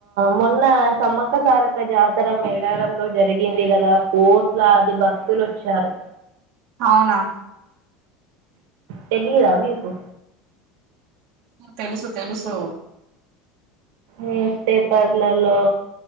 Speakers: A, on the right (about 75°); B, on the right (about 50°).
A: మొన్న సమ్మక్క సారక్క జాతర మేడారంలో జరిగింది కదా కోట్లాది భక్తులు వచ్చారు
B: అవునా
A: తెలిదా మీకు
B: తెలుసు తెలుసు
A: న్యూస్ పేపర్లలో